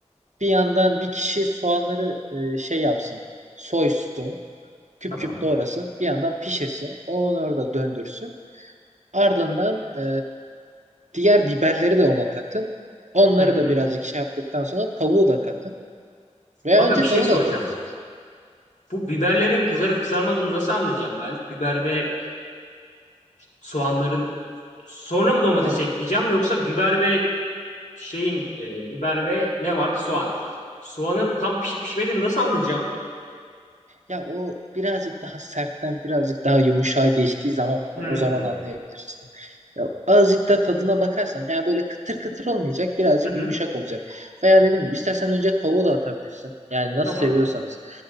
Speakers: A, on the right; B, on the left.
A: bir yandan bir kişi soğanları e, şey yapsın, soysun. küp
B: tamam.
A: küp doğrasın. Bir yandan pişirsin. Onu orada döndürsün. Ardından e, diğer biberleri de ona katın. Onları
B: Hı hı.
A: da birazcık şey yaptıktan sonra tavuğu da katın. Veya
B: Aga
A: önce
B: bir şey
A: tavuğu
B: soracağım.
A: da atabilirsiniz.
B: Bu biberlerin kızarıp kızarmadığını nasıl anlayacağım ben? Biber ve soğanların sonra mı domatesi
A: Ha,
B: ekleyeceğim yoksa biber ve şeyin e, biber ve ne vardı? Soğan. Soğanın tam pişip pişmediğini nasıl anlayacağım?
A: Ya o birazcık daha sertten birazcık daha yumuşağa geçtiği zaman
B: Hmm.
A: o zaman anlayabilirsin. Ya azıcık da tadına bakarsan yani böyle kıtır kıtır olmayacak birazcık
B: Hı hı.
A: yumuşak olacak. Veya dediğim gibi istersen önce tavuğu da atabilirsin. Yani nasıl
B: Tamam.
A: seviyorsanız.